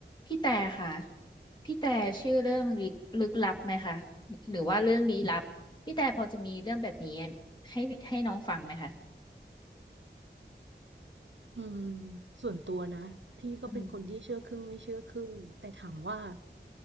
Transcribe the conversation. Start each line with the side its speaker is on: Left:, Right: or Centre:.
Left: พี่แต่ค่ะพี่แต่ชื่อเรื่องลึกลึกลับไหมคะ หรือว่าเรื่องลี้ลับ พี่แต่พอจะมีเรื่องแบบนี้ให้ให้น้องฟังไหมคะ
Right: อืมส่วนตัวนะพี่ก็เป็นคนที่เชื่อครึ่งไม่เชื่อครึ่งแต่ถามว่า
Left: อืม